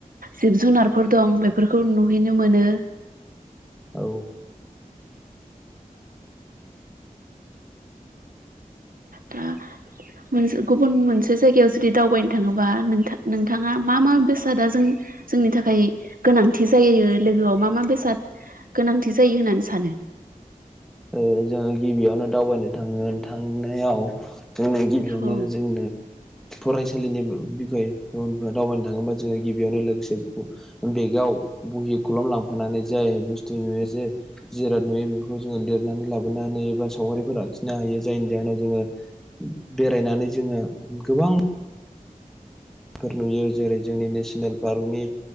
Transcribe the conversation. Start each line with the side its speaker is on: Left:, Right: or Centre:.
Right: जिब जुनारफोर दं बेफोरखौ नुनो नुहैनो मोनो
Centre: औ
Right: दा मोनसे गुबुन मोनसे जायगायाव जुदि दावबायनो थाङोबा नोंथां नोंथाङा मा मा बेसादा जोंनि जोंनि थाखाय गोनांथि जायो लोगोआव मा मा बेसाद गोनांथि जायो होननानै सानो
Centre: ओ जोङो गिबियावनो दावबायनो थाङो थांनायाव जोंनो गिबियावनो
Right: औ
Centre: जोंनो फरायसालिनि बि बिखय दावबायनो थाङोबा जोङो गिबियावनो लोगोसे बेगआव बहि खलम लांफानानै जे बुस्थु जे जिराद नुयो बेफोरखौ जोङो लिरनानै लाबोनानै एबा सावगारिफोर आखिनो हायो जायनि जाहोनाव जोङो बेरायनानै जोङो गोबां फोर नुयो जेरै जोंनि नेसनेल पार्कनि